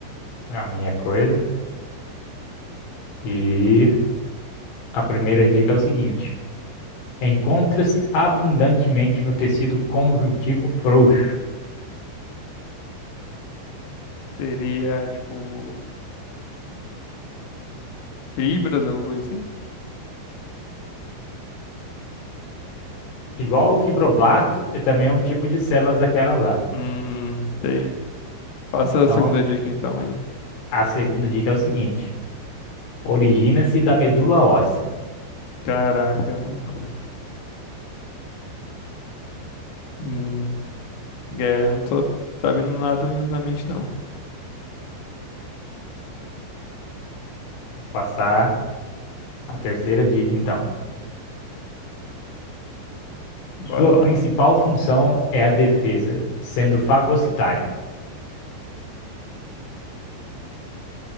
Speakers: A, on the left; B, on the left.
A: é a minha coisa. E a primeira dica é o seguinte: encontra-se abundantemente no tecido conjuntivo frouxo.
B: Seria, tipo, fibras, alguma coisa assim?
A: Igual o fibroblasto, é também é um tipo de células daquela lá.
B: Hum, sei. Passa
A: Então,
B: a segunda dica então aí.
A: a segunda dica é o seguinte: origina-se da medula óssea.
B: Caraca, mano. Hum, é, não tô, tá vindo nada na mente não.
A: Vou passar a terceira dica, então.
B: Bora
A: Sua
B: lá.
A: principal função é a defesa, sendo fagocitária.